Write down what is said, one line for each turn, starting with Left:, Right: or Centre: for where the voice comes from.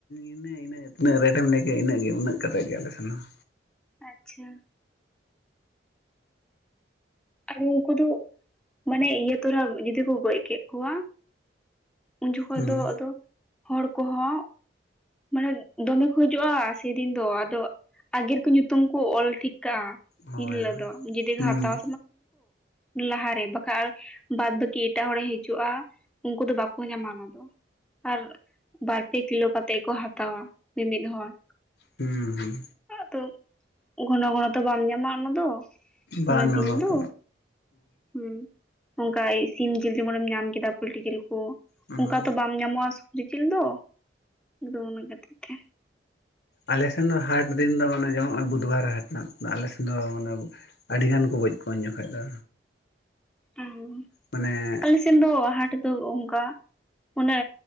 Left: ᱤᱱᱟᱹ ᱤᱱᱟᱹᱜ ᱛᱤᱱᱟᱹᱜ ᱨᱮᱴᱮᱢ ᱞᱟᱹᱭ ᱠᱮᱫᱮᱼᱟ ᱤᱱᱟᱹᱜ ᱜᱮ ᱩᱱᱟᱹᱜ ᱠᱟ ᱠᱟᱛᱮᱮᱫ ᱜᱮ ᱟᱞᱮ ᱥᱮᱱ ᱦᱚᱸ
Centre: ᱟᱪᱪᱷᱟ ᱟᱫᱚ ᱩᱱᱠᱩ ᱫᱚ ᱢᱟᱱᱮ ᱤᱭᱟᱹ ᱛᱚᱨᱟ ᱡᱩᱫᱤ ᱠᱚ ᱜᱚᱡ ᱠᱮᱫ ᱠᱚᱣᱟ ᱩᱱ ᱡᱚᱠᱷᱚᱡ
Left: ᱦᱩᱸ
Centre: ᱫᱚ ᱟᱫᱚ ᱦᱚᱲ ᱠᱚᱦᱚᱸ ᱢᱟᱱᱮ ᱫᱚᱢᱮ ᱠᱚᱦᱤᱡᱚᱜᱼᱟ ᱥᱮᱫᱤᱱ ᱫᱚ ᱟᱫᱚ ᱟᱜᱮᱨ ᱠᱚ ᱧᱩᱛᱩᱢ ᱠᱚ ᱚᱞ ᱴᱷᱤᱠ ᱪᱤᱠᱟᱹᱜᱼᱟ
Left: ᱦᱳᱭ
Centre: ᱮᱱᱦᱤᱞᱟᱹᱜ
Left: ᱦᱳᱭ
Centre: ᱫᱚ ᱡᱩᱫᱤᱢ
Left: ᱦᱩᱸ
Centre: ᱦᱟᱛᱟᱣ ᱞᱟᱦᱟᱨᱮ ᱵᱟᱠᱟᱱ ᱵᱟᱫᱽ ᱵᱟᱹᱠᱤ ᱮᱴᱟᱜ ᱦᱚᱲᱮ ᱦᱤᱡᱩᱜᱼᱟ ᱩᱱᱠᱩ ᱫᱚ ᱵᱟᱠᱚ ᱧᱟᱢᱟ ᱚᱱᱟ ᱫᱚ ᱟᱨ ᱵᱟᱨ ᱯᱮ ᱠᱤᱞᱳ ᱠᱟᱛᱮᱮᱫ ᱜᱮ ᱠᱚ ᱦᱟᱛᱟᱣᱟ ᱢᱤᱢᱤᱫ ᱦᱚᱲ
Left: ᱦᱩᱸ ᱦᱩᱸ
Centre: ᱟ ᱛᱫᱚ ᱜᱷᱚᱱᱚ ᱜᱷᱚᱱᱚ ᱛᱚ ᱵᱟᱢ ᱧᱟᱢᱟ ᱚᱱᱟ ᱫᱚ
Left: ᱵᱟᱝᱟ
Centre: ᱚᱱᱟ ᱡᱤᱞ
Left: ᱱᱚᱛᱮ
Centre: ᱫᱚ ᱦᱩᱸ ᱚᱱᱠᱟ ᱥᱤᱢ ᱡᱤᱞ ᱡᱮᱢᱚᱱᱮᱢ ᱧᱟᱢ ᱠᱮᱫᱟ ᱯᱳᱞᱴ ᱡᱤᱞ ᱠᱚ
Left: ᱦᱩᱸ
Centre: ᱚᱱᱠᱟ ᱛᱚ ᱵᱟᱢ ᱧᱟᱢᱚᱜᱼᱟ ᱨᱤᱠᱤᱞ ᱫᱚ ᱟᱠᱫᱚᱢ ᱚᱱᱟ ᱠᱷᱟᱹᱛᱤᱨ ᱛᱮ
Left: ᱟᱞᱮᱥᱮᱱ ᱫᱚ ᱦᱟᱴ ᱫᱤᱱ ᱫᱚ ᱢᱟᱱᱮ ᱡᱚᱢ ᱟᱜᱩ ᱫᱚ ᱵᱟᱭ ᱨᱟᱦᱟ-ᱟ ᱚᱱᱟ ᱟᱞᱮᱥᱮᱫ ᱫᱚ ᱢᱟᱱᱮ ᱟᱹᱰᱤ ᱜᱟᱱ ᱠᱚ ᱜᱚᱡ ᱠᱚᱣᱟ ᱡᱚᱠᱷᱮᱡ ᱫᱚ
Centre: ᱚᱸᱢ
Left: ᱢᱟᱱᱮ
Centre: ᱟᱞᱮ ᱥᱮᱱ ᱫᱚ ᱦᱟᱴ ᱫᱚ ᱚᱱᱠᱟ ᱚᱱᱮ